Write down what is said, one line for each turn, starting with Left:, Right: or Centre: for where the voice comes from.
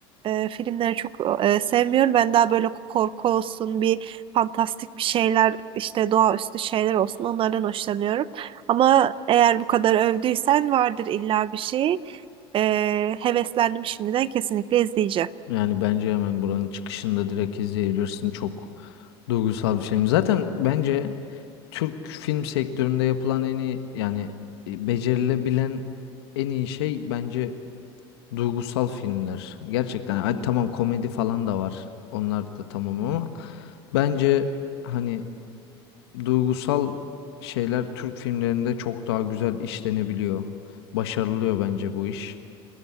Right: e, filmleri çok e, sevmiyorum. Ben daha böyle korku olsun, bir fantastik bir şeyler, işte doğaüstü şeyler olsun onlardan hoşlanıyorum. Ama eğer bu kadar övdüysen vardır illa bir şey. Ee, heveslendim şimdiden kesinlikle izleyeceğim.
Left: Yani bence hemen buranın çıkışında direkt izleyebilirsin. Çok duygusal bir film. Zaten bence Türk film sektöründe yapılan en iyi yani e, becerilebilen en iyi şey bence duygusal filmler. Gerçekten hadi tamam komedi falan da var. Onlar da tamam ama bence hani duygusal şeyler Türk filmlerinde çok daha güzel işlenebiliyor. Başarılıyor bence bu iş.